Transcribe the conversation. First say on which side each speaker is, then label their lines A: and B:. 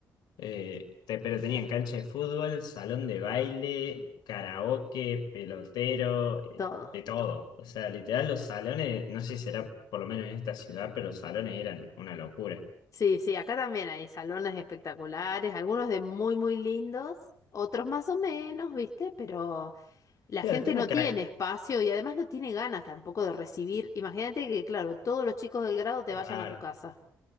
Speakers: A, on the left (about 75°); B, on the left (about 50°).
A: Eh, te- pero tenían cancha de fútbol, salón de baile, karaoke, pelotero, eh,
B: todo.
A: de todo. O sea, literal los salones, no sé si será por lo menos en esta ciudad, pero los salones eran una locura.
B: Sí, sí, acá también hay salones espectaculares, algunos de muy, muy lindos, otros más o menos, ¿viste? Pero... La
A: Claro,
B: gente
A: el tema
B: no
A: que...
B: tiene
A: ac-
B: espacio y además no tiene ganas tampoco de recibir. Imagínate que, claro, todos los chicos del grado te
A: Claro,
B: vayan a tu casa.